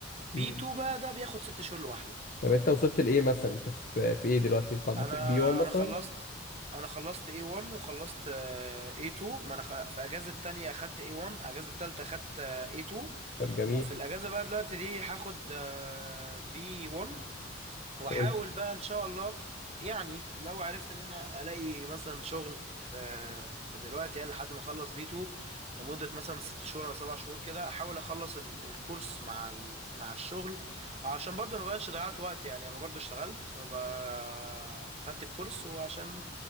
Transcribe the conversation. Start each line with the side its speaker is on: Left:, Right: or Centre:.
Right: بي
Left: امم
Right: 2 بقى ده بياخد ست شهور لوحده
Left: طب انت وصلت لايه مثلا انت في في ايه دلوقتي انت عديت
Right: انا
Left: البي 1 مثلا
Right: انا خلصت انا خلصت A1 وخلصت آه، A2 ما انا خ... في اجازة تانية خدت A1 اجازة تالتة خدت آه، A2
Left: طب جميل
Right: وفي الاجازة بقى دلوقتي دي هاخد آه، B1 واحاول
Left: حلو
Right: بقى ان شاء الله يعني لو عرفت ان انا الاقي مثلا شغل في في دلوقتي يعني لحد ما اخلص بيتو لمده مثلا ست شهور او سبع شهور كده احاول اخلص ال- الكورس مع ال... مع الشغل عشان برضه ما بقاش ضيعت وقت يعني ابقى برضه اشتغلت وابقى خدت الكورس وعشان ان